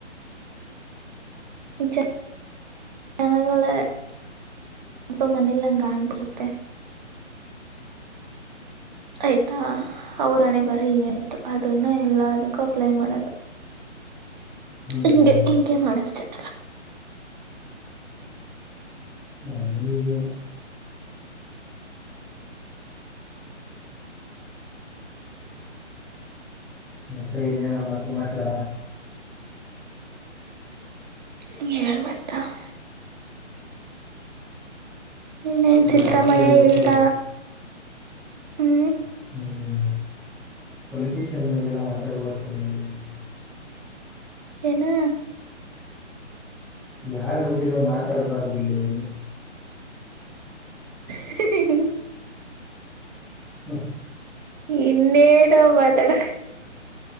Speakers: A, on the right; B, in the centre.
A: ಜ ಜನಗಳ ಅ್ದ ಮನೇಲಿ ಹಂಗ ಆಗ್ಬಿರುತ್ತೆ ಆಯ್ತಾ ಅವ್ರಣೆ ಬರ ಆಯ್ತು ಅದನ್ನ ಎಲ್ಲದಕ್ಕೂ ಅಪ್ಲೈ ಮಾಡೋದು
B: ಹ್ಮ್
A: ಹಿಗೆ ಹಿಂಗೆ ಮಾಡೋದು ಜ
B: ಹದ ಮತ್ತೆ ಇನ್ನೇ ನಮ್ಮ ಸಿಮಾಚಲ
A: ಹಗೆ ಹೇಳ್ಬೇಕತ್ತಾ <inaudible> ಇನ್ನೇನು ಸಿದ್ದರಾಮಯ್ಯ
B: ಜಾತ್ರೆ ಇವತ್ತು
A: ಇಲ್ಲದ ಹ
B: ಹ್ಮ್ ಪೊಲಿಟಿಷಿಯನ್ ಬಗ್ಗೆ ಎಲ್ಲಾ ಮಾತಾಡ್ಬರ್ತಾನ ಇಲ್ಲಿ <unintelligible>
A: ಏನು
B: ಯಾರ್ ಗತ್ತಗ ಮಾತಾಡಬಾರ್ದಿಲ್ಲ <unintelligible>
A: ಹ್ಮ
B: ಹೌ
A: ಇನ್ನೇನೋ ಮಾತಾಡ